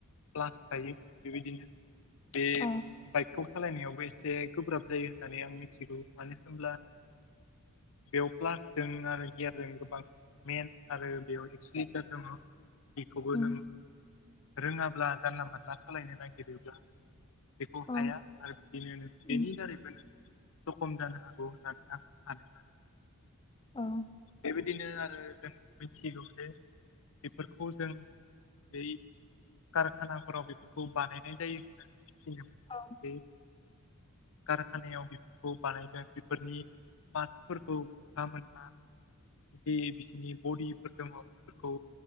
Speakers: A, on the left; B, on the left.
A: प्लास थायो बेबायदिनो बे
B: अ
A: बाइकखौ सालायनायावबो एसे गोब्राब जायो होननानै आं मिथिगौ मानो होनब्ला बेयाव प्लासजों आरो गियारजों गोबां मेन आरो बेयाव एक्स' लिटार दङ बेखौबो
B: उम
A: नों रोङाब्ला जानला मानला सालायनो नागिरोब्ला बेखौ
B: अ
A: हाया। आरो बिदि
B: उम
A: बेनि दारैबोनो जखम जानो हागौ होननानै आं सानो आरो।
B: औ।
A: बेबायदिनो आरो जों मिथिगौ जे बेफोरखौ जों बै कारखानाफोराव बेफोरखौ बानायनाय जायो होननानै
B: अ
A: <unintelligible> कारखानायाव बेफोरखौ बानायदों बेफोरनि <unintelligible> जे बिसोरनि बडिफोर दङ बेफोरखौ